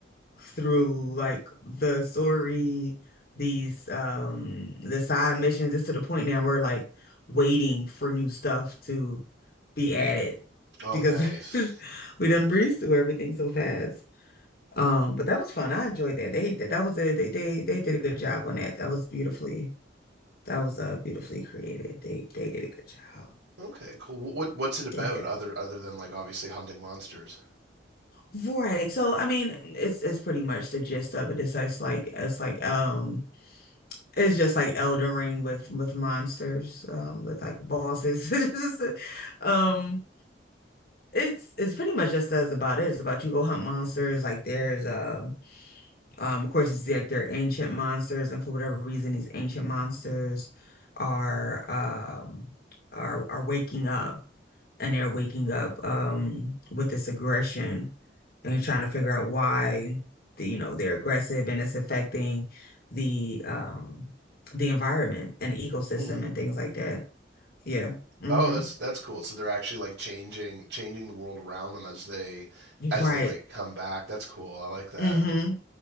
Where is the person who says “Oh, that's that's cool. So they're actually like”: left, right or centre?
Right